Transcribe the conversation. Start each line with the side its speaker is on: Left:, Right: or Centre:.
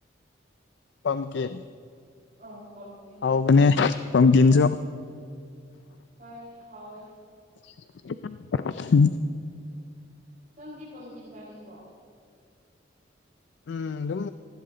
Left: ꯄꯝꯀꯤꯟ
Right: ꯑꯥ ꯄꯝꯀꯤꯟ
Left: ꯍꯥꯎꯕꯅꯦ ꯄꯝꯀꯤꯟꯁꯨ
Right: ꯍꯣꯏ ꯍꯥꯎꯋꯦ
Left: <unintelligible>
Right: ꯅꯪꯗꯤ ꯄꯝꯖꯤꯟ ꯆꯥꯅꯤꯡꯕ꯭ꯔꯣ
Left: ꯎꯝ ꯑꯗꯨꯝ